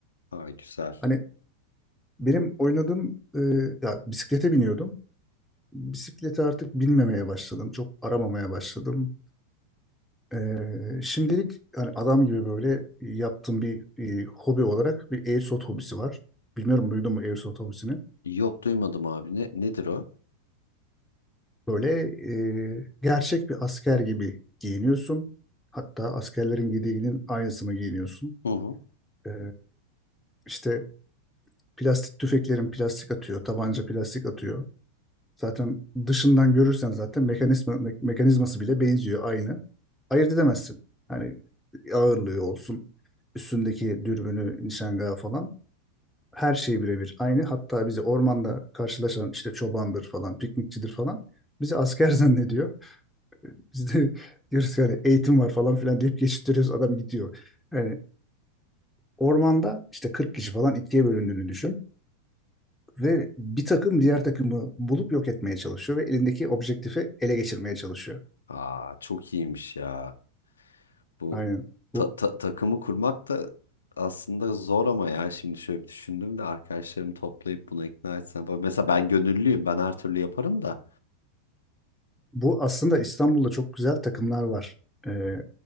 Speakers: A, on the left (about 70°); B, in the centre.
A: Aa, güzel.
B: Hani benim oynadığım e, ya bisiklete biniyordum. bisiklete artık binmemeye başladım. Çok aramamaya başladım. Ee, şimdilik hani adam gibi böyle yaptığım bir e, hobi olarak bir airsoft hobisi var. Bilmiyorum duydun mu airsoft hobisini?
A: Yok duymadım abi ne, nedir o?
B: Böyle e, gerçek bir asker gibi giyiniyorsun. Hatta askerlerin giydiğinin aynısını giyiniyorsun.
A: Hı hı.
B: Ee, işte plastik tüfeklerin plastik atıyor, tabanca plastik atıyor. Zaten dışından görürsen zaten mekanizma, me- mekanizması bile benziyor aynı. Ayırt edemezsin. Hani ağırlığı olsun, üstündeki dürbünü, nişangahı falan. her şey birebir aynı. Hatta bizi ormanda karşılaşan işte çobandır falan, piknikçidir falan bizi asker <laughs> zannediyor. Biz de <laughs> diyoruz ki hani eğitim var falan filan deyip geçiştiriyoruz adam gidiyor. Yani ormanda işte 40 kişi falan ikiye bölündüğünü düşün ve bir takım diğer takımı bulup yok etmeye çalışıyor ve elindeki objektifi ele geçirmeye çalışıyor.
A: Aa, çok iyiymiş ya. Bu
B: Aynen.
A: ta-
B: Bu
A: ta- takımı kurmak da aslında zor ama ya şimdi şöyle bir düşündüm de arkadaşlarımı toplayıp buna ikna etsem. falan. Mesela ben gönüllüyüm. Ben her türlü yaparım da.
B: bu aslında İstanbul'da çok güzel takımlar var. Ee,